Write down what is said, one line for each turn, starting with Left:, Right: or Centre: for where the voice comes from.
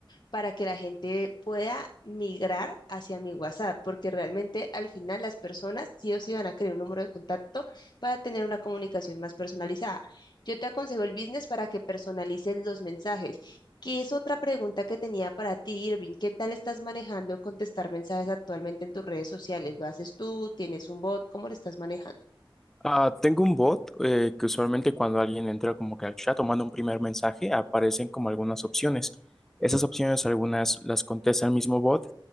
Left: para que la gente pueda migrar hacia mi WhatsApp, porque realmente al final las personas sí o sí van a querer un número de contacto para tener una comunicación más personalizada. Yo te aconsejo el business para que personalices los mensajes. ¿Qué es otra pregunta que tenía para ti, Irving? ¿Qué tal estás manejando contestar mensajes actualmente en tus redes sociales? ¿Lo haces tú? ¿Tienes un bot? ¿Cómo lo estás manejando?
Centre: Ah, tengo un bot eh, que usualmente cuando alguien entra como que al chat o manda un primer mensaje aparecen como algunas opciones. Esas opciones algunas las contesta el mismo bot